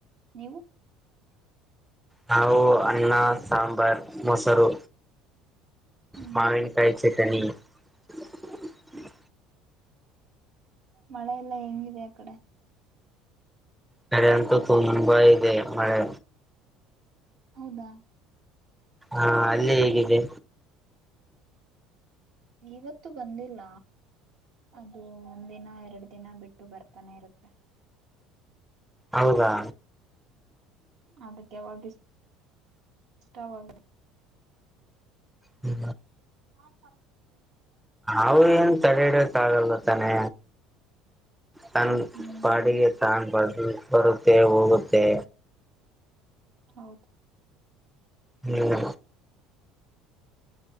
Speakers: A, on the right; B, in the centre.
A: ನೀವು
B: ನಾವು ಅನ್ನ ಸಾಂಬಾರ್ ಮೊಸರು
A: ಹ್ಮ್
B: ಮಾವಿನ್ಕಾಯ್ ಚಟನಿ ಹ್ಮ
A: ಮಳೆಲ್ಲ ಹೆಂಗಿದೆ ಆ ಕಡೆ
B: ಕಡೆ ಅಂತೂ ತುಂಬಾ ಇದೆ ಮಳೆ
A: ಹೌದಾ
B: ಹಾ ಅಲ್ಲಿ ಹೇಗಿದೆ
A: ಇವತ್ತು ಬಂದಿಲ್ಲ ಅದು ಒಂದಿನ ಎರ್ಡ್ ದಿನ ಬಿಟ್ಟು ಬರ್ತಾನೆ ಇರುತ್ತೆ
B: ಹೌದಾ
A: ಅದಕ್ಕೆ ವಗ್ ಸ್ಟವ್ ಅವ್
B: ಹ್ಮ
A: ನಾ ಸಪ್ಪಗಿರ್ತಿನ್
B: ಅವು ಏನ್ ತಡೆ ಇಡಕ್ ಆಗಲ್ಲ ತಾನೆ ತನ್
A: ಹ್ಮ್
B: ಬಾಡಿಗೆ ತಾಣ್ಬಾರ್ ಬರುತ್ತೆ ಹೋಗುತ್ತೆ
A: ಹೌದು
B: ಹ್ಮ್